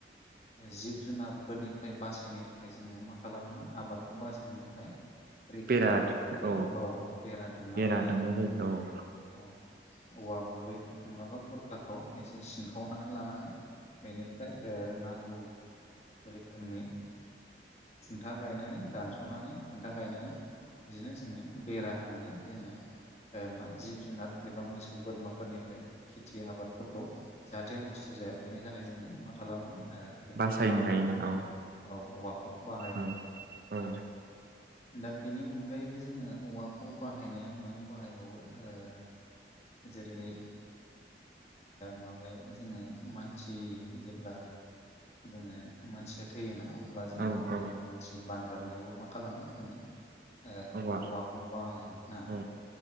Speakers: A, on the left (about 40°); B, on the right (about 55°).
A: जिब जुनारफोरनिफ्राय बासायनो थाखाय जोङो मा खालामोमोन आबादखौ बासायनो थाखाय रैखा
B: बेरा
A: खालामनो थाखाय
B: औ
A: औाव बेरा दुमनानै
B: बेरा
A: होयोमोन
B: दुमनाय जायो औ
A: आरो औ औवा गुबै नङाबा बुरखाखौ एसे सिंखावनानै लानानै बेनिफ्राय नांगौ रोखोमनि खुन्था गायनानै दानस'नानै खुन्था गायनानै बिदिनो जोङो बेरा होनानै जोङो मा जिब जुनार एबा मोसौ बोरमाफोरनिफ्राय खेथि आबादफोरखौ जाहाथे नस्थ' जाया बेनि थाखाय जोङो मा खालामोमोन बेखौ
B: बासायनो
A: बाहायोमोन
B: हायोना औ
A: औ औवाखौ बाहायोमोन।
B: औ <unintelligible>
A: दा बेनि अनगायैबो जोङो औवाखौ बाहायनाया मायाव बाहायबावो ओ जेरै माबायाव जोङो मानसि जेब्ला जोङो मानसिया थैयोना अब्ला जोङो
B: औ औ
A: मानसि बानगारनायावबो मा खालामो जोङो ओ
B: औवा
A: औवाखौ बाहायो ना।
B: औ